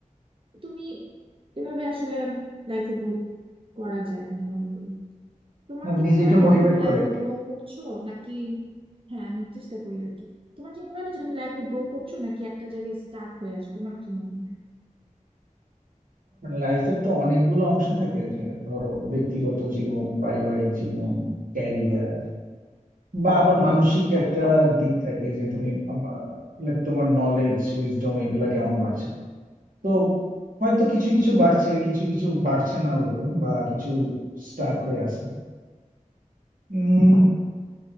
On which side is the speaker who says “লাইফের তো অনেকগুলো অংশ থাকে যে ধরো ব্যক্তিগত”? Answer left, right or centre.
Right